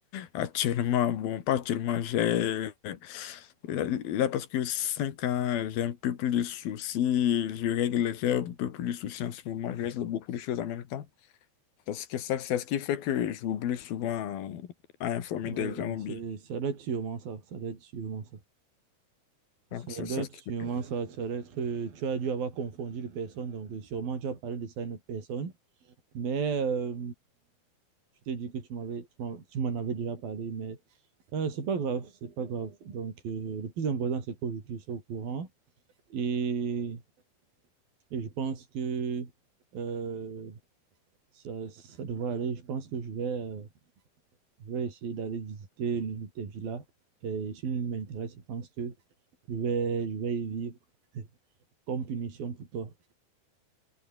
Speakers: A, on the left; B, on the right.
A: actuellement, bon, pas actuellement, j'ai. Là, là, parce que 5 ans, j'ai un peu plus de soucis. Je règle, j'ai un peu plus de soucis en ce moment. Je règle beaucoup de choses en même temps. Parce que ça, c'est ce qui fait que j'oublie souvent à informer
B: ouais
A: des gens.
B: mais
A: ou
B: c'est,
A: bien.
B: ça doit être sûrement ça, ça doit être sûrement ça. Ça
A: Donc, c'est
B: doit
A: c'est
B: être
A: ce
B: sûrement
A: qui fait.
B: ça, ça doit être, euh, tu as dû avoir confondu les personnes, donc euh, sûrement tu as parlé de ça à une autre personne. Mais euh, tu t'es dit que tu m'avais, tu m'en tu m'en avais déjà parlé, mais euh, c'est pas grave, c'est pas grave. Donc euh, le plus important, c'est qu'aujourd'hui, je suis au courant et, et je pense que euh, ça, ça devrait aller. Je pense que je vais... euh, Je vais essayer d'aller visiter l'une de tes villas. Et si l'une m'intéresse, je pense que je vais, je vais y vivre comme punition pour toi.